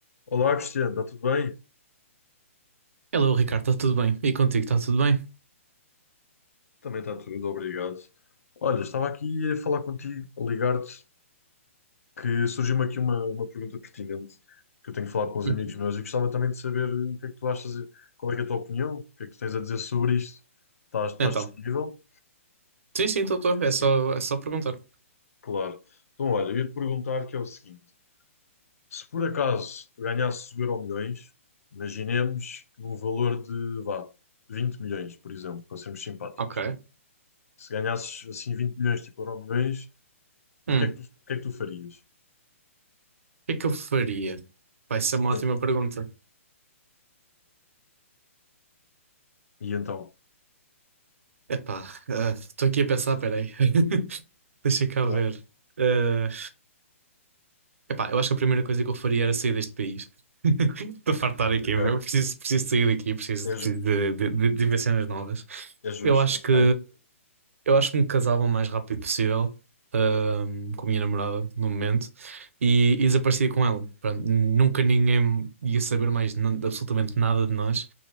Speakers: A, on the left; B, on the right.
A: Olá, Cristiano, está tudo bem?
B: Hello, Ricardo, está tudo bem? E contigo, está tudo bem?
A: Também está tudo, obrigado. Olha, estava aqui a falar contigo, a ligar-te, que surgiu-me aqui uma, uma pergunta pertinente que eu tenho falado com uns
B: Sim.
A: amigos meus e gostava também de saber o que é que tu achas, qual é que é a tua opinião, o que é que tu tens a dizer sobre isto? Estás, estás
B: Então,
A: disponível?
B: sim, sim, estou, estou. É só,
A: Sim.
B: é só perguntar.
A: Claro. Então, olha, eu ia te perguntar que é o seguinte: se por acaso tu ganhasses o Euromilhões, imaginemos num valor de, vá, 20 milhões, por exemplo, para sermos simpáticos.
B: Ok.
A: Se ganhasses assim 20 milhões, tipo Euromilhões. O
B: Hum,
A: que é que
B: o
A: tu, o que é que tu farias?
B: que é que eu faria? Vai ser uma
A: Sim,
B: ótima pergunta.
A: E então?
B: Epá, ah, estou aqui a pensar, peraí. <laughs> Deixa cá
A: claro.
B: ver. Ah, Epá, eu acho que a primeira coisa que eu faria era sair deste país. <laughs> Estou a fartar aqui,
A: Ok.
B: meu. Preciso, preciso sair daqui, preciso,
A: É,
B: preciso
A: ju-
B: de, de, de, de ver cenas novas.
A: é justo,
B: Eu acho
A: ok.
B: que eu acho que me casava o mais rápido possível, ahm, com a minha namorada no momento e, e desaparecia com ela. Pronto, nunca ninguém ia saber mais nan- absolutamente nada de nós.